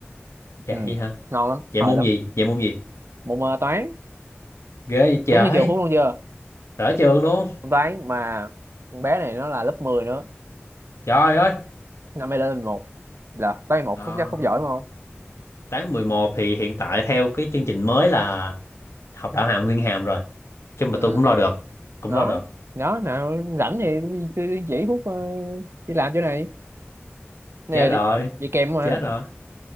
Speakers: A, on the left (about 80°); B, on the right (about 65°).
A: vậy
B: ừ
A: hả
B: ngon lắm
A: vậy
B: hồi
A: môn
B: lắm
A: gì vậy môn gì
B: môn ờ, toán
A: ghê vậy
B: đúng
A: trời
B: như trường Phúc luôn chưa
A: sở trường luôn
B: môn toán mà con bé này nó là lớp 10 nữa
A: trời ơi
B: năm nay lên mười một là toán một
A: ờ,
B: Phúc chắc Phúc giỏi đúng không
A: tháng 11 thì hiện tại theo cái chương trình mới là học đạo hàm nguyên hàm rồi nhưng
B: ừ
A: mà tôi cũng lo được cũng
B: nó
A: lo được
B: nó nào rảnh thì cứ- cứ chỉ Phúc ờ, đi làm chỗ này nè
A: chết rồi
B: đi, đi kèm mà
A: chết rồi